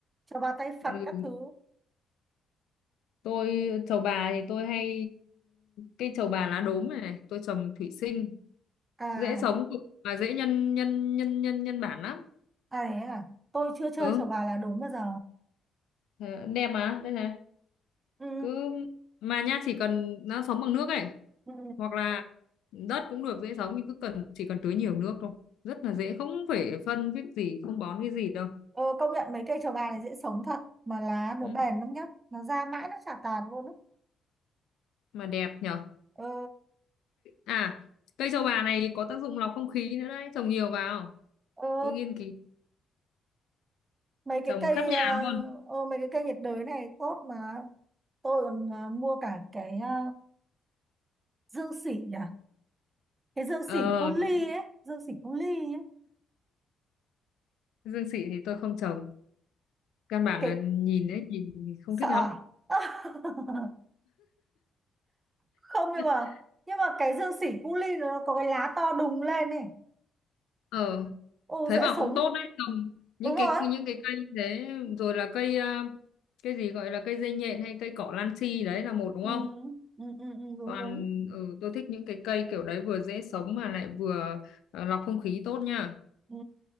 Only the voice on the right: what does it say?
trầu bà tay Phật
các
thứ
à
à đấy à tôi chưa chơi
trầu bà là đúng bao giờ
ừ,
ừ.
Ờ, công nhận mấy cây trầu bà này dễ sống thật mà lá nó
bền lắm nhá nó ra mãi nó chả tàn luôn á
ờ
ờ
mấy cái
cây
uh,
ô, mấy cái cây nhiệt đới này tốt mà tôi còn ờ, mua cả cái ờ, dương xỉ à cái dương
xỉ cu
ly ấy dương xỉ cu ly ấy
cái
sợ
à?
<laughs> không nhưng
mà nhưng mà cái dương xỉ cu ly nó có cái lá to đùng lên này
ô
dễ
sống
đúng
rồi
ừ,
ừ, ừ, ừ, đúng
đúng
ừ.